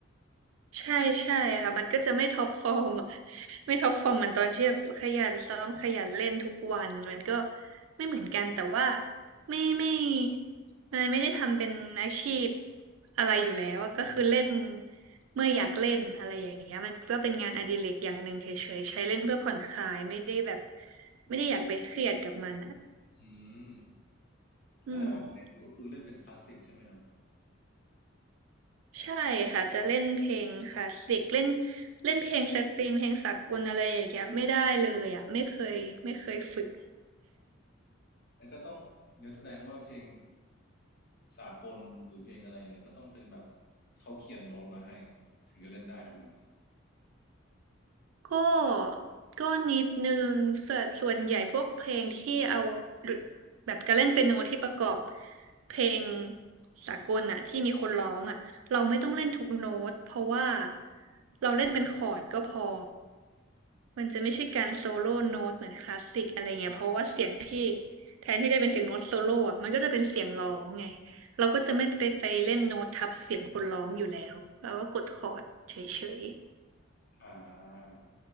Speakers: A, on the right; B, on the left.
A: ใช่ใช่ค่ะมันก็จะไม่ท็อปฟอร์มอะไม่ท็อปฟอร์มเหมือนตอนที่แบบขยันซ้อมขยันเล่นทุกวันมันก็ไม่เหมือนกันแต่ว่าไม่ไม่นายไม่ได้ทำเป็นอาชีพอะไรอยู่แล้วอะก็คือเล่นเมื่ออยากเล่นอะไรอย่างเงี้ยมันก็เป็นงานอดิเรกอย่างหนึ่งเฉยๆใช้เล่นเพื่อผ่อนคลายไม่ได้แบบไม่ได้อยากไปเครียดกับมันอ่ะ
B: อืม
A: อืม
B: แล้วแสดงว่าที่เล่นอยู่ก็คือเล่นเป็นคลาสสิกใช่ไหมครับ
A: ใช่ค่ะจะเล่นเพลงคลาสสิกเล่นเล่นเพลงสตริงเพลงสากลอะไรอย่างเงี้ยไม่ได้เลยอ่ะไม่เคยไม่เคยฝึก
B: แล้วก็ต้องเนื้อแสดงว่าเพลงสากลหรือเพลงอะไรเงี้ยก็ต้องเป็นแบบเขาเขียนโน้ตมาให้ถึงจะเล่นได้ถูกไหม
A: ก็ก็นิดนึงส่วนส่วนใหญ่พวกเพลงที่เอาแบบการเล่นเปียโนที่ประกอบเพลงสากลอ่ะที่มีคนร้องอ่ะเราไม่ต้องเล่นทุกโน้ตเพราะว่าเราเล่นเป็นคอร์ดก็พอ มันจะไม่ใช่การโซโล่โน้ตเหมือนคลาสสิกอะไรเงี้ยเพราะว่าเสียงที่แทนที่จะเป็นเสียงโน้ตโซโล่อะมันก็จะเป็นเสียงร้องไงเราก็จะไม่ไปไปเล่นโน้ตทับเสียงคนร้องอยู่แล้วเราก็กดคอร์ดเฉย
B: อ่า